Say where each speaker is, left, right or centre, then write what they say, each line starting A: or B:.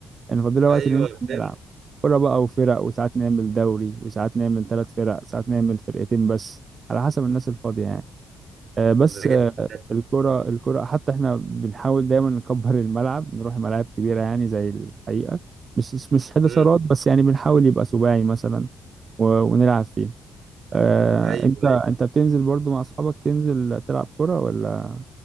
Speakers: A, on the right (about 40°); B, on the right (about 65°).
A: يعني فاضلها وقت
B: ايوه
A: ننزل
B: فهمت
A: نلعب كورة بقى وفرق وساعات نعمل دوري وساعات نعمل ثلاث فرق ساعات نعمل فرقتين بس على حسب الناس الفاضية يعني آه، بس
B: طب ده
A: آه،
B: جامد ده
A: الكرة الكرة حتى احنا بنحاول دايما نكبر الملعب نروح ملاعب كبيرة يعني زي الحقيقة مش مش مش حداشرات
B: امم
A: بس يعني بنحاول يبقى سباعي مثلا و- ونلعب فيه آه،
B: ايوه
A: انت انت
B: أيوه.
A: بتنزل برضو مع اصحابك تنزل تلعب كرة ولا